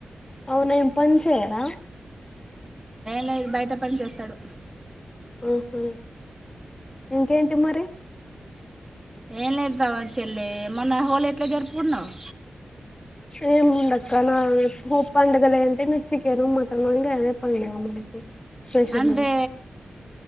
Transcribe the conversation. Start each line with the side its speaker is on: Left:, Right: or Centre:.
Left: అవును ఎం పని చేయరా
Right: న బయట పని చేస్తాడు
Left: అ అ ఇంకేంటి మరి
Right: ఏనే త చెలే మన హల్ ఎట్లే జరుపుకున్నావ్
Left: సే ముంద్ కాన ఉ పండుగల అంటే నచ్చికేను మ అంగా అదే పడి <unintelligible>
Right: అంటే